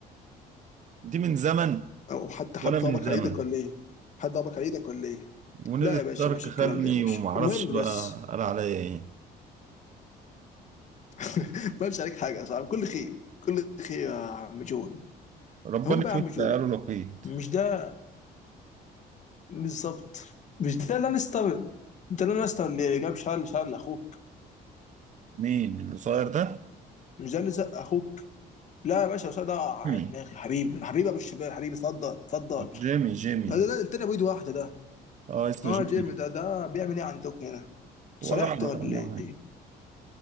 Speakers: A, on the right; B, on the left.
A: دي من زمن
B: او حد حد
A: وانا
B: ضربك
A: من زمن
B: على ايدك ولا ايه؟ حد ضربك على ايدك ولا ايه؟
A: ونزل
B: لا يا باشا
A: ستارك
B: مش
A: خدني
B: الكلام ده يا باشا
A: ومعرفش
B: المهم
A: بقى
B: بس
A: قال عليا ايه
B: <laughs> ما قالش عليك حاجه يا صاحبي كل خير كل خير يا عم جون
A: ربنا
B: هم بقى
A: في
B: يا
A: وشي
B: عم جون
A: قالوا لقيت
B: مش ده بالظبط مش ده لانستر انت لانستر اللي جاب شارل شارل اخوك
A: مين القصير ده؟
B: مش ده اللي زق اخوك لا يا باشا شارل ده وقع
A: جيمي
B: على دماغي حبيبي حبيبي يا ابو الشباب حبيبي اتفضل اتفضل
A: جيمي جيمي
B: لا لا لا، التاني ابو ايد واحده ده
A: اه اسمه
B: اه
A: جيمي
B: جيمي ده ده بيعمل ايه عندكم هنا؟
A: ولا
B: صالحته
A: اعرف
B: ولا
A: عنه حاجة
B: ايه؟